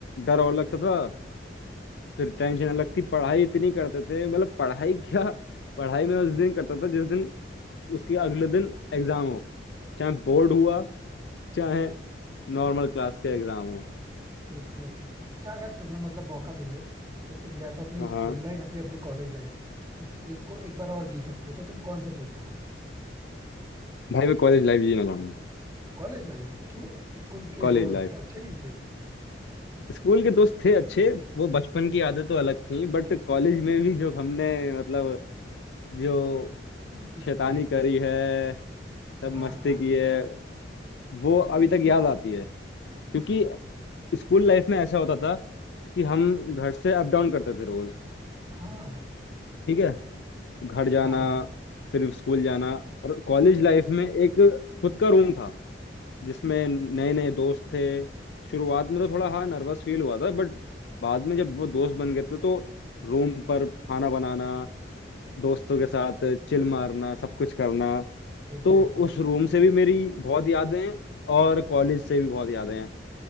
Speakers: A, on the left; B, on the right.
A: डर और लगता था फिर टेंशन नहीं लगती पढ़ाई इतनी करते थे मतलब पढ़ाई <laughs> क्या पढ़ाई मैं उस दिन करता था जिस दिन उसके अगले दिन एग्जाम हो चाहे बोर्ड हुआ चाहे नॉर्मल क्लास के एग्जाम हो
B: Exactly exactly. अच्छा अगर तुम्हें मतलब मौका मिले कि तुम या तो अपनी
A: हाँ
B: स्कूल लाइफ या फिर अपनी कॉलेज लाइफ किसी एक को एक बार और जी सकते हो तो तुम कौन सा चूज करोगे
A: भाई मैं कॉलेज लाइफ जीना चाहूंगा
B: कॉलेज लाइफ क्यों स्कूल के
A: College
B: दोस्त
A: life
B: अच्छे नहीं थे
A: स्कूल के दोस्त थे अच्छे वो बचपन की आदतें तो अलग थी बट कॉलेज में भी जो हमने मतलब जो
B: मस्ती
A: शैतानी
B: की है
A: करी है सब
B: हाँ
A: मस्ती
B: हाँ
A: की है वो अभी तक याद आती है क्योंकि स्कूल लाइफ में ऐसा होता था कि हम घर से अप डाउन करते थे रोज
B: हाँ
A: ठीक है घर जाना
B: हाँ हाँ
A: फिर स्कूल जाना और कॉलेज लाइफ में एक खुद का रूम था जिसमें नए नए दोस्त थे शुरुआत में तो थोड़ा हाँ नर्वस फील हुआ था बट बाद में जब वो दोस्त बन गए थे तो रूम पर खाना बनाना दोस्तों के साथ चिल मारना सब कुछ करना
B: Exactly
A: तो उस रूम से भी मेरी बहुत यादें हैं और कॉलेज से भी बहुत यादें हैं